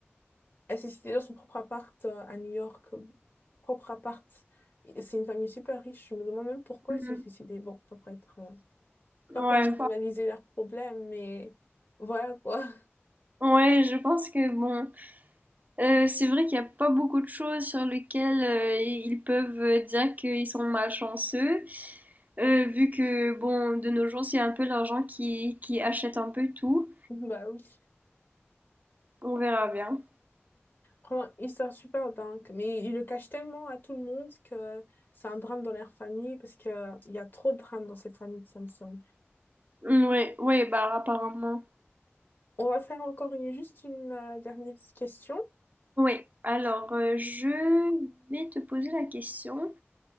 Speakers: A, on the left; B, on the right.
A: elle s'est suicidée dans son propre appart euh, à New York, euh, propre appart. Et C'est une famille super riche. Je me demande même pourquoi
B: hmm.
A: elle s'est suicidée. Bon, pas pour être, euh, pas
B: Ouais,
A: pour minimaliser leurs problèmes, mais voilà quoi.
B: ouais, je pense que bon. Euh, c'est vrai qu'il n'y a pas beaucoup de choses sur lesquelles euh, ils peuvent euh, dire qu'ils sont malchanceux, euh, vu que, bon, de nos jours, c'est un peu l'argent qui, qui achète un peu tout.
A: <laughs> Bah oui.
B: On verra bien.
A: Franchement, histoire super dingue, mais il le cache tellement à tout le monde que c'est un drame dans leur famille parce que il y a trop de drames dans cette famille de Samson.
B: Oui, oui, bah apparemment.
A: On va faire encore une, juste une euh, dernière question.
B: Oui, alors euh, je vais te poser la question.